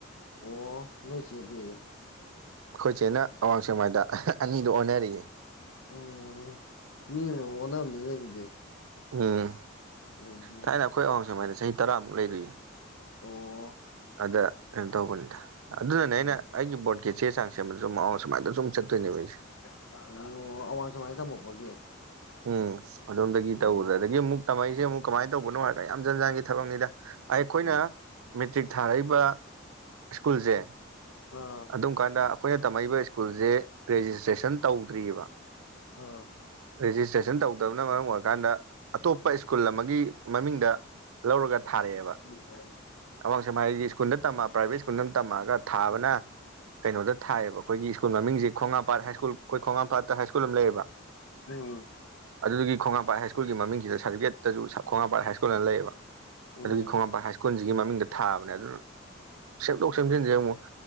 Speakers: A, on the left; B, on the right.
A: ꯑꯣ ꯅꯣꯏꯆꯦꯗꯤ
B: ꯑꯈꯣꯏꯆꯦꯅ ꯑꯋꯥꯡ ꯁꯦꯛꯃꯥꯏꯗ <unintelligible> ꯑꯅꯤꯗꯨ ꯑꯣꯟꯅꯔꯤꯌꯦ
A: ꯎꯝ ꯃꯤ ꯑꯃꯃꯝ ꯑꯣꯅꯥꯕꯅꯤꯅꯦ ꯑꯗꯨꯗꯤ
B: ꯎꯝ
A: ꯎꯝ
B: ꯊꯥꯏꯅ ꯑꯈꯣꯏ ꯑꯋꯥꯡ ꯁꯦꯛꯃꯥꯏꯅ ꯆꯍꯤ ꯇꯔꯥꯃꯨꯛ ꯂꯩꯔꯨꯢꯌꯦ
A: ꯑꯣ
B: ꯑꯗ ꯀꯩꯅꯣ ꯇꯧꯕꯅꯤꯗ ꯑꯗꯨꯅꯅꯦ
A: ꯎꯝ
B: ꯑꯩꯅ ꯑꯩꯒꯤ ꯕꯣꯕꯠꯀꯤ ꯆꯦ ꯆꯥꯡ ꯁꯦꯝꯕꯗꯁꯨ <unintelligible> ꯁꯦꯛꯃꯥꯏꯗ ꯁꯨꯝ ꯆꯠꯇꯣꯏꯅꯦꯕ ꯑꯩꯁꯦ
A: <unintelligible> ꯑꯋꯥꯡ ꯁꯦꯛꯃꯥꯏ ꯇꯝꯃꯛꯄꯒꯤ
B: ꯎꯝ ꯑꯗꯣꯝꯗꯒꯤ
A: ꯎꯝ
B: ꯇꯧꯕꯗ ꯑꯗꯒꯤ ꯑꯃꯨꯛ ꯇꯥꯃꯛꯏꯁꯦ ꯑꯃꯨꯛ ꯀꯃꯥꯏꯅ ꯇꯧꯕꯅꯣ ꯍꯥꯏꯔ ꯌꯥꯝ ꯖꯟ ꯖꯥꯟꯒꯤ ꯊꯕꯛꯅꯤꯗ ꯑꯩꯈꯣꯏꯅ
A: ꯎꯝ
B: ꯃꯦꯇ꯭ꯔꯤꯛ ꯊꯥꯔꯛꯏꯕ ꯁ꯭ꯀꯨꯜꯖꯦ
A: ꯑꯥ
B: ꯑꯗꯨꯝ ꯀꯥꯟꯗ ꯑꯈꯣꯏꯅ ꯇꯝꯃꯛꯏꯕ ꯁ꯭ꯀꯨꯜꯖꯦ ꯔꯦꯖꯤꯁꯇ꯭ꯔꯦꯁꯟ ꯇꯧꯗ꯭ꯔꯤꯑꯦꯕ
A: <unintelligible>
B: ꯔꯦꯖꯤꯁꯇ꯭ꯔꯦꯁꯟ ꯇꯧꯗꯕꯅ ꯃꯔꯝ ꯑꯣꯏꯔꯀꯥꯟꯗ ꯑꯇꯣꯞꯄ ꯁ꯭ꯀꯨꯜ ꯑꯃꯒꯤ ꯃꯃꯤꯡꯗ ꯂꯧꯔꯒ ꯊꯥꯔꯛꯑꯦꯕ
A: ꯎꯝ ꯎꯝ ꯎꯝ
B: ꯑꯋꯥꯡ ꯁꯦꯛꯃꯥꯢꯒꯤ ꯁ꯭ꯀꯨꯜꯗ ꯇꯝꯃ ꯄ꯭ꯔꯥꯏꯚꯦꯠ ꯁ꯭ꯀꯨꯜꯗ ꯇꯝꯃꯛꯑꯒ ꯊꯥꯕꯅ ꯀꯩꯅꯣꯗ ꯊꯥꯏꯌꯦꯕ ꯑꯈꯣꯏꯒꯤ ꯁ꯭ꯀꯨꯜ ꯃꯃꯤꯡꯖꯤ ꯈꯣꯡꯉꯥꯝꯄꯥꯠ ꯍꯥꯏꯁ꯭ꯀꯨꯜ ꯈꯣꯢ ꯈꯣꯡꯉꯥꯝꯄꯥꯠꯇ ꯍꯥꯏ꯭ꯀꯨꯜ ꯑꯃ ꯂꯩꯌꯦꯕ
A: ꯎꯝ
B: ꯑꯗꯨꯗꯒꯤ ꯈꯣꯡꯉꯥꯄꯥꯠ ꯍꯥꯏ ꯁ꯭ꯀꯨꯜꯒꯤ ꯃꯃꯤꯡꯁꯤꯗ ꯁꯥꯔꯇꯤꯐꯤꯀꯦꯠꯇꯁꯨ ꯈꯣꯡꯉꯥꯝꯄꯥꯠ ꯍꯥꯢ ꯁ꯭ꯀꯨꯜꯅ ꯂꯩꯌꯦꯕ
A: ꯎꯝ
B: ꯑꯗꯨꯒꯤ ꯈꯣꯡꯉꯥꯝꯄꯥ ꯍꯥꯏ ꯁ꯭ꯀꯨꯜꯖꯤꯒꯤ ꯃꯃꯤꯡꯗ ꯊꯥꯕꯅꯦ ꯑꯗꯨ ꯁꯦꯝꯗꯣꯛ ꯁꯦꯝꯖꯤꯟꯖꯤ ꯑꯃꯨꯛ